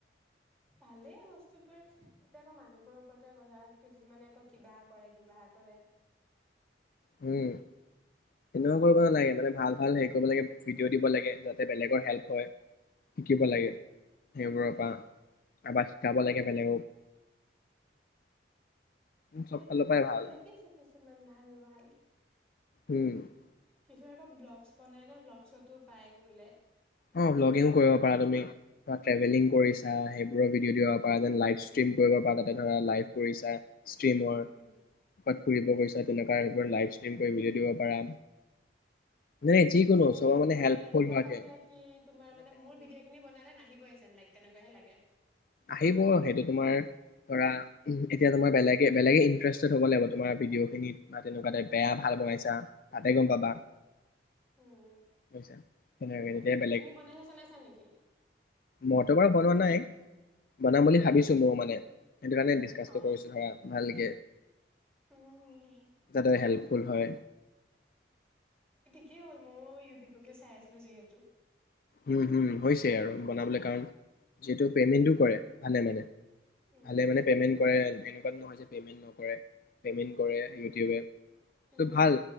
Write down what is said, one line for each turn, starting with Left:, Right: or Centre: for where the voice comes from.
Centre: ভালেই বস্তুবোৰ। <unintelligible> মানুহবোৰৰ ওপৰতে কথা কিছু মানে কয় কিবা কৰে, কিবা কৰে।
Left: উম,। সেনেকুৱা কৰিব নালাগে, মানে ভাল ভাল হেৰি কৰিব লাগে। ভিডিঅ' দিব লাগে যাতে বেলেগৰ হেল্প হয়, শিকিব
Centre: উম
Left: লাগে সেইবোৰ। <unintelligible> আবাস যব লাগে বেলেগক।
Centre: সেইটোয়ে
Left: চব ফালৰ পৰাই
Centre: তেনেকে
Left: ভাল
Centre: দেখিছো কিছুমান ভাল ভাল।
Left: উম
Centre: কিছু আকৌ ব্লগছ বনাই ন, ব্লগ। চতো পায় বোলে।
Left: অ, লগ ইন কৰিব। পা তুমি। ট্ৰেভেলিং কৰিছা সেই ভিডিঅ' দিব পাৰা যেন লাইভ ষ্টিম কৰিব পাৰা তাতে ধৰা লাইভ কৰিছা। ষ্ট্ৰ্ৰীমৰ
Centre: উম
Left: তাত ফুৰিব গৈছা চাইবৰ লাইফষ্টিম কৰি বুজাই দিব পাৰা। নাই যিকোনো
Centre: মোৰ
Left: চব
Centre: আকৌ
Left: মানে হেল্পকৰিব
Centre: এনেকুৱা
Left: লাগে।
Centre: কি তোমাৰ মানে মোৰ ভিডিঅ' খিনি বনালে নাহিব আজি। যেন লাইক তেনেকুৱাহে লাগে।
Left: আহিব সেইটো তোমাৰ ধৰা, এতিয়া তোমাৰ বেলেগে বেলেগে ইণ্টাৰেষ্টেড হব লাগিব, তোমাৰ ভিডিঅ' খিনি বা তেনেকুৱা বেয়া ভাল বনাইছা। তাতে গম পাবা
Centre: উম,
Left: বুজিছা তেনেকুৱাকে তেতিয়া
Centre: তুমি বনাইছা চ নাইছা নেকি?
Left: মটৰ বাৰ সলোৱা নাই। বনাম বুলি ভাবিছোঁ ময়, মানে সেইটো কাৰণে ডিছকাছটো
Centre: অ
Left: কৰিছোঁ, ধৰা ভালকে
Centre: উম
Left: যাতে হেল্পফুল হয়।
Centre: কি হ'ল মইয় ইউটিউবকে চাই আছিলো যিহেতু।
Left: উম, হম, হৈছে আৰু বনাবলৈ কাৰণ। যিহেতু পে'মেণ্টো কৰে ভালে মানে ভালে
Centre: উম,
Left: মানেে কৰে, এনেকোৱা নহয় যে পে'মেণ্ট নকৰে, পেমেণ্ট কৰে ইউটিউবে
Centre: উম,
Left: চব ভাল,